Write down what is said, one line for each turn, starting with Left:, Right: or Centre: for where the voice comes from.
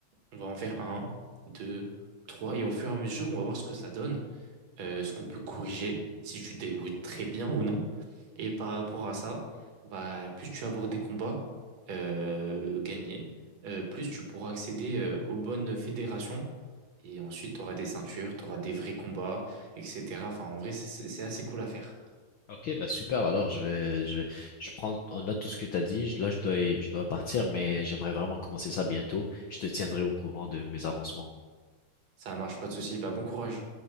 Right: on va en faire un, deux, trois. Et au fur et à mesure, on va voir ce que ça donne euh, ce qu'on peut corriger, si tu te débrouilles très bien ou non. Et par rapport à ça, bah, plus tu vas avoir des combats euh, gagnés, euh, plus tu pourras accéder euh, aux bonnes fédérations. Et ensuite, tu auras des ceintures, tu auras des vrais combats, etc. Enfin, en vrai, c'est c'est- c'est assez cool à faire.
Left: Ok, bah super. Alors je vais, je vais, je prends en note tout ce que t'as dit. Je- Là, je dois, je dois partir, mais j'aimerais vraiment commencer ça bientôt. Je te tiendrai au courant
Right: Ok.
Left: de mes avancements.
Right: Ça marche, pas de souci. Bah, bon courage.